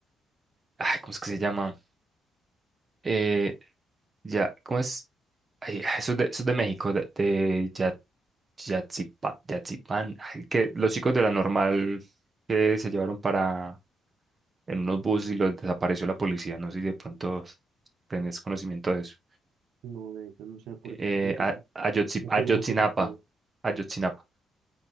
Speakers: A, on the right; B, on the right.
A: Ay, ¿cómo es que se llama? Eh, ya, ¿cómo es? Ay, ah, eso es de, eso es de México, de, de Ya- Yatsipa- Yatzipán. Ay, que los chicos de la normal que se llevaron para en unos buses y los desapareció la policía. No sé si de pronto tenés conocimiento de eso.
B: No, de hecho, no sé por
A: Eh,
B: qué es que yo
A: A- Ayotzi-
B: no
A: Ayotzinapa.
B: sigo mucho esa serie.
A: Ayotzinapa.